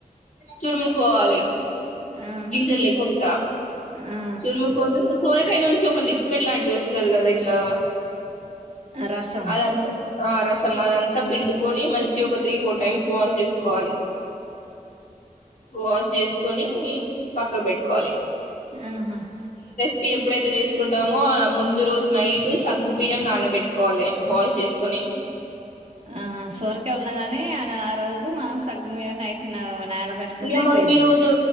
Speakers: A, on the left; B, on the right.
A: తురుముకోవాలి
B: ఆ
A: గింజల్లేకుంట
B: ఆ
A: తురుముకొని సో అక్కడి నుంచి ఒక లిక్విడ్ లాంటిది వస్తు స్తది కదా ఇట్లా
B: ఆ రసం
A: అదంతా ఆ రసం అదంతా పిండుకొని మంచి గ ఒక త్రీ ఫోర్ టైమ్స్ వాష్ చేసుకోవాలి వాష్ చేసుకొని పక్కకి పెట్టుకోవాలి
B: ఆహా
A: సిపి ఎప్పుడైతే చేసుకుంట టామో ఆ ముందు నైట్ సగ్గు బియ్యం నానబెట్టుకోవాలి వాష్ చేసుకొని
B: ఆ సొరకాయ ఉన్నదని ఆన ఆ రోజు మనం సగ్గుబియ్యం నైట్ నానబెట్టుకుంటే
A: ఇక
B: అయిపోయిద్ది
A: మనం ఈ రోజు